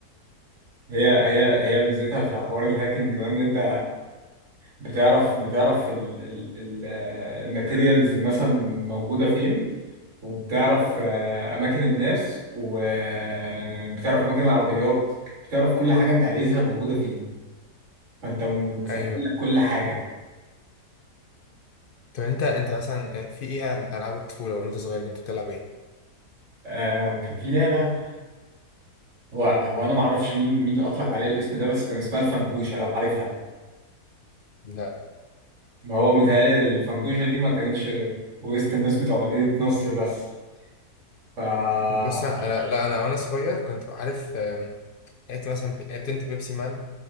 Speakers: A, on the right; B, on the left.
A: هي هي هي ميزتها في حوار الهاكينج ده ان انت بتعرف بتعرف ال... ال... ال... آه، الماتيريالز مثلا موجودة فين وبتعرف آه، أماكن الناس وبتعرف أماكن العربيات بتعرف كل حاجة أنت عايزها موجودة فين فأنت متسهل
B: ايوه
A: لك كل حاجة
B: طب انت انت مثلا في ايه العاب الطفوله وانت صغير كنت بتلعب ايه؟
A: آه كان في لعبة هو هو أنا معرفش مين مين أطلق عليها الاسم ده بس كان اسمها الفنكوشة لو عارفها
B: لا
A: ما هو متهيألي الفنكوشة دي ما كانتش غير وسط الناس بتوع مدينة نصر بس فلعبت
B: بص انا لا انا وانا صغير كنت عارف آم، لعبت مثلا لعبت انت بيبسي مان